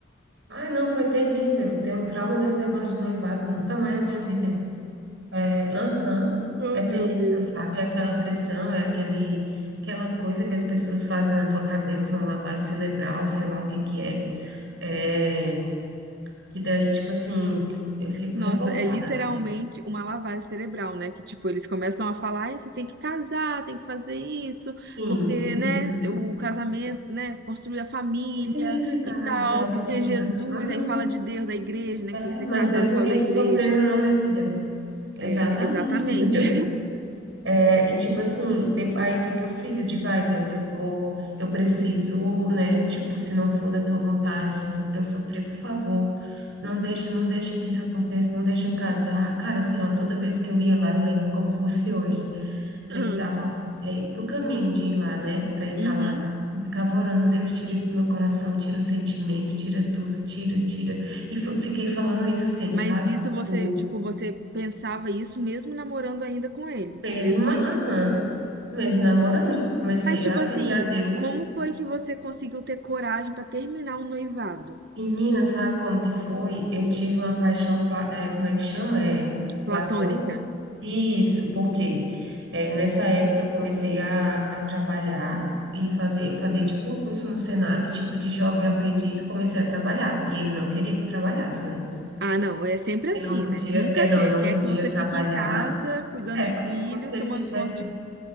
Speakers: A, on the right; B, on the right.
A: Ai, não, foi terrível. Tenho um trauma desse negócio de noivado, nunca mais na minha vida. É, aham,
B: Oh,
A: é terrível,
B: meu Deus.
A: sabe? É aquela pressão, é aquele, aquela coisa que as pessoas fazem na tua cabeça, uma lavagem cerebral, sei lá o que que é. É, que daí, tipo assim, eu fico
B: Nossa,
A: revoltada,
B: é literalmente
A: assim.
B: uma lavagem cerebral, né? Que, tipo, eles começam a falar, "Ai, vocês têm que casar, tem que fazer isso,
A: Sim.
B: porque,
A: uhum.
B: né, o casamento, né, construir a família
A: Deus me livre, cara,
B: e tal,
A: aquela criatura.
B: porque Jesus,
A: Uhum.
B: aí fala de Deus, da igreja, né,
A: É,
B: que tem que ser
A: mas
B: casado
A: Deus
B: por
A: não
B: causa
A: quer
B: da igreja.
A: tu sofrendo, não, minha filha. Exatamente,
B: É, exatamente.
A: entendeu? É, e tipo assim, de- aí o que que eu fiz? Eu digo, ai, Deus, eu vou, eu preciso, né? Tipo, se não for da tua vontade, se for pra eu sofrer, por favor, não deixa, não deixa que isso aconteça, não deixa eu casar. Cara, assim, ó, toda vez que eu ia lá, eu lembro como se fosse hoje. que
B: <laughs>
A: eu tava é, pro caminho de ir lá, né? Para ir
B: Uhum.
A: para lá. Eu ficava orando, Deus, tira isso do meu coração, tira o sentimento, tira tudo, tira, tira. E f- fiquei falando isso sempre,
B: Mas
A: sabe?
B: isso você,
A: O
B: tipo, você pensava isso mesmo namorando ainda com ele,
A: mesmo,
B: mesmo ainda.
A: aham, mesmo namorando, já comecei
B: Mas tipo
A: a
B: assim,
A: pedir a Deus.
B: como foi que você conseguiu ter coragem pra terminar um noivado?
A: Menina, sabe como que foi? Eu tive uma paixão, pla- é, como é que chama? É,
B: Platônica.
A: platônica? Isso, porque eh, nessa época eu comecei a, a trabalhar e fazer, eu fazia tipo um curso no Senac, tipo de jovem aprendiz, e comecei a trabalhar. E ele não queria que eu trabalhasse, né?
B: Ah, não, é sempre assim,
A: Eu não podia,
B: né? Nunca
A: é, não,
B: quer,
A: eu não
B: quer
A: podia
B: que você
A: trabalhar.
B: fique em casa cuidando
A: É,
B: de filho,
A: e como se
B: tomando
A: ele tivesse,
B: conta de. <laughs>